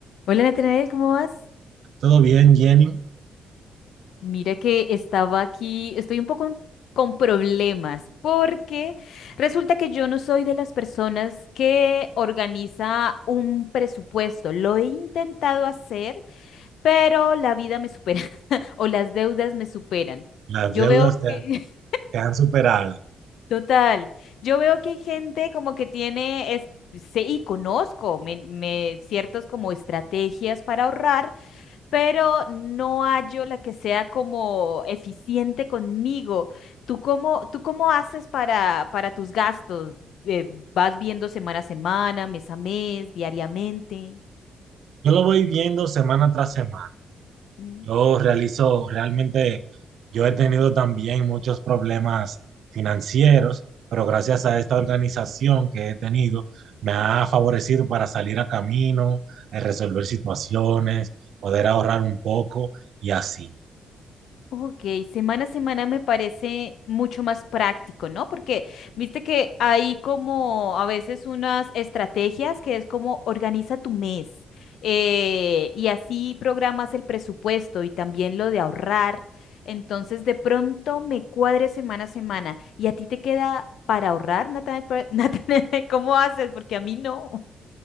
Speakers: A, on the left; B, on the right.
A: Hola Natanael, ¿cómo vas?
B: Todo bien, Jenny.
A: Mira que estaba aquí, estoy un poco con problemas porque resulta que yo no soy de las personas que organiza un presupuesto. Lo he intentado hacer, pero la vida me supera <laughs> o las deudas me superan.
B: Las
A: Yo
B: deudas
A: veo
B: te
A: que,
B: han, te han superado.
A: <laughs> total, yo veo que hay gente como que tiene, es- sé y conozco me- me- ciertos como estrategias para ahorrar. pero no hallo la que sea como eficiente conmigo. ¿Tú cómo, tú cómo haces para, para tus gastos? Eh, ¿vas viendo semana a semana, mes a mes, diariamente?
B: Yo lo voy viendo semana tras semana.
A: Mm.
B: Yo realizo, realmente, yo he tenido también muchos problemas financieros, pero gracias a esta organización que he tenido, me ha favorecido para salir a camino, eh, resolver situaciones, poder ahorrar un poco y así.
A: Ok, semana a semana me parece mucho más práctico, ¿no? Porque viste que hay como a veces unas estrategias que es como organiza tu mes eh, y así programas el presupuesto y también lo de ahorrar. Entonces de pronto me cuadre semana a semana y a ti te queda para ahorrar, Natanael, <laughs> Natanael, ¿cómo haces? Porque a mí no.